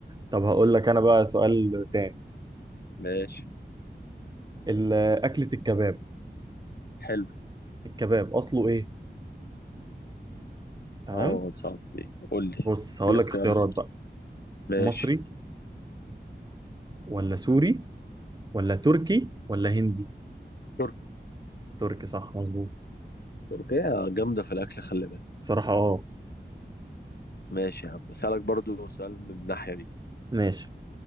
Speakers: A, on the right (about 25°); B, on the left (about 60°).
A: طب هقول لك انا بقى سؤال تاني
B: ماشي
A: ال- اكله الكباب
B: حلو
A: الكباب اصله ايه تمام
B: أه صعب دي قول لي
A: بص هقول
B: قول لي
A: لك
B: اختيارات
A: اختيارات بقى
B: ماشي
A: مصري ولا سوري ولا تركي ولا هندي
B: ترك
A: تركي صح مظبوط
B: تركيا جامدة في الأكل خلي بالك
A: الصراحة اه
B: ماشي يا عم اسالك برضو سؤال من الناحيه دي
A: ماشي